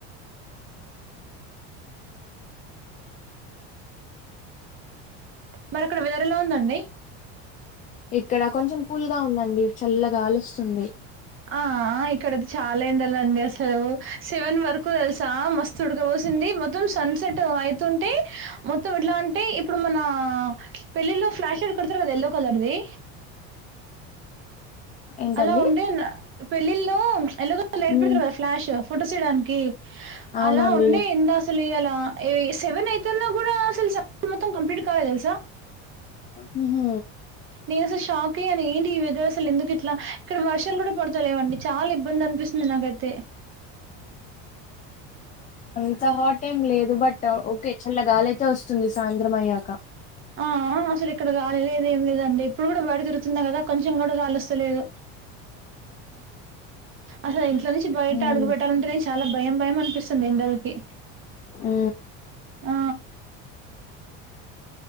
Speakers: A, on the left; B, on the right.
A: అ
B: మరి అక్కడ వెదర్ ఎలా ఉందండి?
A: ఇక్కడ కొంచెం కూల్గా ఉందండి. చల్లా గాలోస్తుంది.
B: ఆ ఆ ఇక్కడ చాలా ఏండలండి అసలు సెవెన్ వరకు తెలుసా. మస్ స్త్ ఉడకబోసింది. మొత్తం సన్ సెట్ అయితుంటే మొత్తం ఎట్లా అంటే ఇప్పుడు మనా పెళ్ళిల్లో ఫ్లాష్ లయిట్ కొడతరు కదా ఎల్లో కలర్ది.
A: ఏంటండి
B: అలా ఉండే నా పెళ్ళిళ్లో ఎల్లో కలర్ లయిట్
A: మ్మ్
B: పెడతారు కదా ఫ్లాష్, ఫొటోస్ తీయడానికి.
A: అవునండి
B: అలా ఉండే ఎండ అసలు ఇయాలా. ఎ సెవెన్ అయితున్నా కూడా అసలు <inaudible> మొత్తం కంప్లీట్ కాలే తెలుసా.
A: హుహ్
B: నేను అసలు షాక్ అయ్యాను. ఏంటి ఈ వెదర్ అసలు ఎందుకు ఇట్లా ఇక్కడ వర్షాలు కూడా పడతలేవండి. చాలా ఇబ్బంది అనిపిస్తుంది నాకైతే.
A: అంతహాట్ ఎంలేదు బట్ ట ఓకే చల్లా గాలయితే వస్తుంది సాయంత్రం అయ్యాక.
B: ఆ ఆ ఇక్కడ అసలు గాలి లేదు ఎం లేదండి. ఇప్పుడు కూడా బయట తిరుగుతున్నా కదా కొంచం కూడా గాలొస్తలేదు. అసలు ఇంట్లో నుంచి
A: మ్మ్
B: బయట అడుగు పెట్టాలంటనే చి చాలా భయం భయం అనిపిస్తుంది ఎండలకి.
A: హ్
B: ఆ